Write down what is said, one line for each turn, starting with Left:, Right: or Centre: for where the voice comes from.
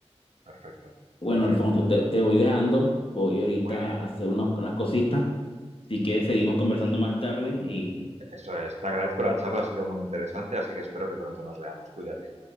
Right: perfecto,
Left: Bueno,
Right: perfecto.
Left: Alfonso, te, te voy dejando. Voy ahorita
Right: Muy bien.
Left: a hacer unos- unas cositas. Si quieres, seguimos conversando más tarde y,
Right: Eso es. Te agradezco la charla, ha sido muy interesante, así que espero que pronto nos veamos. Cuídate.